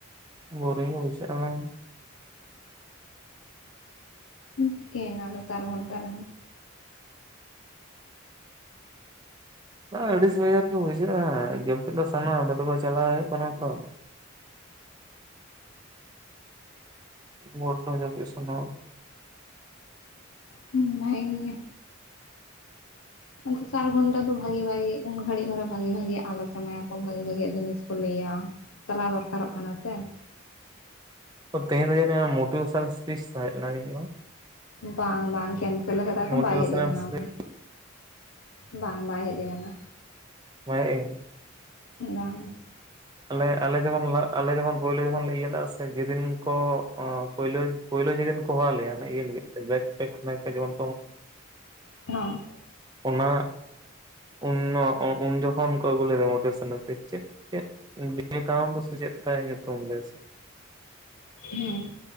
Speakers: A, on the right; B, on the left.
A: ᱵᱳᱨᱤᱝ ᱜᱮ ᱵᱩᱡᱷᱟᱜᱼᱟ
B: ᱪᱤᱠᱟᱹ ᱮᱱᱟ ᱟᱫᱚ ᱪᱟᱨ ᱜᱷᱚᱱᱴᱟ ᱨᱮᱦᱚᱸ
A: ᱟᱹᱲᱤᱥ ᱵᱮᱡᱟᱨ ᱜᱮ ᱵᱩᱡᱷᱟᱹᱜᱼᱟ ᱡᱟᱹᱯᱤᱫ ᱫᱚ ᱥᱟᱱᱟ ᱦᱟ ᱱᱚᱰᱮ ᱢᱟ ᱡᱟᱞᱟ ᱦᱩᱭᱩᱜ ᱠᱟᱱᱟ ᱛᱚ ᱠᱚᱰᱟ ᱡᱟᱹᱯᱤᱫ ᱥᱟᱱᱟ
B: ᱦᱩᱸ ᱵᱷᱟᱹᱜᱤ ᱜᱮ ᱟᱫᱚ ᱪᱟᱨ ᱜᱷᱚᱱᱴᱟ ᱫᱚ ᱵᱷᱟᱜᱤ ᱵᱷᱟᱜᱤ ᱩᱱ ᱜᱷᱟᱹᱲᱤᱡ ᱫᱷᱚᱨᱟ ᱵᱷᱟᱜᱤ ᱵᱷᱟᱜᱤ ᱟᱞᱳᱪᱚᱱᱟ ᱭᱟᱠᱚ ᱵᱷᱟᱜᱤ ᱵᱷᱟᱜᱤ ᱡᱤᱱᱤᱥ ᱠᱚ ᱞᱟᱹᱭᱟ ᱪᱟᱞᱟᱣ ᱫᱚᱨᱠᱟᱨᱚᱜ ᱠᱟᱱᱟ ᱥᱮ
A: ᱛᱮᱦᱮᱧ ᱫᱚ ᱡᱟᱹᱱᱤᱡ ᱢᱳᱴᱤᱵᱷᱮᱥᱚᱱ ᱮᱥᱯᱤᱥ ᱛᱟᱦᱮᱸ ᱛᱟᱦᱮ ᱞᱮᱱᱟ ᱡᱟᱹᱱᱤᱡ ᱵᱟᱝ
B: ᱵᱟᱝ ᱵᱟᱝ ᱠᱮᱱᱥᱮᱞ ᱟᱠᱟᱫᱟ ᱠᱚ
A: ᱢᱳᱴᱤᱵᱷᱮᱥᱚᱱᱟᱞ
B: ᱵᱟᱭ ᱦᱮᱡ ᱟᱠᱟᱱᱟ
A: ᱥᱯᱤᱪ
B: ᱩᱱᱤ ᱵᱟᱝ ᱵᱟᱭ ᱦᱮᱡ ᱟᱠᱟᱱᱟ
A: ᱵᱟᱭ ᱦᱮᱡ
B: ᱵᱟᱝ
A: ᱟᱞᱮ ᱟᱞᱮ ᱡᱚᱠᱷᱚᱱ ᱟᱞᱮ ᱡᱚᱠᱷᱚᱱ ᱯᱳᱭᱞᱳ ᱡᱚᱠᱷᱚᱱ ᱞᱮ ᱤᱭᱟᱹ ᱞᱮᱜᱼᱟ ᱥᱮ ᱡᱮᱫᱤᱱ ᱠᱚ ᱯᱳᱭᱞᱳ ᱯᱳᱭᱞᱳ ᱡᱮᱫᱤᱱ ᱠᱚ ᱦᱚᱦᱚ ᱟᱜ ᱞᱮᱭᱟ ᱚᱱᱟ ᱤᱭᱟᱹ ᱞᱟᱹᱜᱤᱫ ᱛᱮ ᱵᱮᱜ ᱴᱮᱠᱥᱴ ᱡᱮᱢᱚᱱ᱾
B: <unintelligible>
A: ᱚᱱᱟ ᱩᱱ ᱩᱱ ᱡᱚᱠᱷᱚᱱ ᱠᱚ ᱟᱹᱜᱩ ᱞᱮᱫᱮᱭᱟ ᱢᱚᱴᱮ ᱯᱷᱚᱱᱰᱮᱥᱟᱱ ᱥᱮ ᱪᱮᱫ ᱪᱮᱫ ᱵᱤᱵᱮᱠᱟᱱᱟᱱᱫ ᱥᱮ ᱪᱮᱫ ᱛᱟᱭ ᱧᱩᱛᱩᱢ ᱜᱮ
B: ᱦᱮᱸ